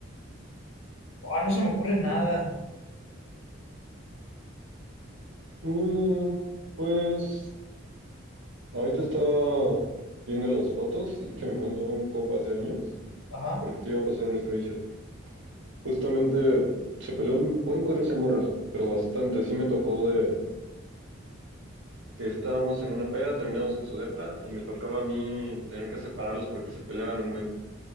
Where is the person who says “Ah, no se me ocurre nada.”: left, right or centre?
Left